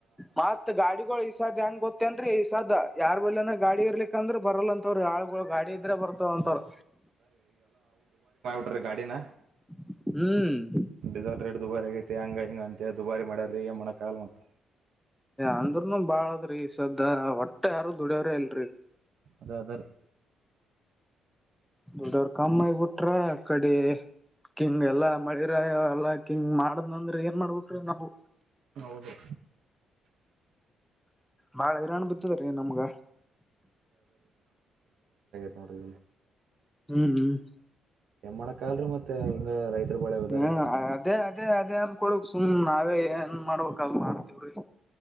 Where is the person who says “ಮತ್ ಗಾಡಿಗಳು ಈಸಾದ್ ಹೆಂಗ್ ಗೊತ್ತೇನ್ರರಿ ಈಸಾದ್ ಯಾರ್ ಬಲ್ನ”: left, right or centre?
Centre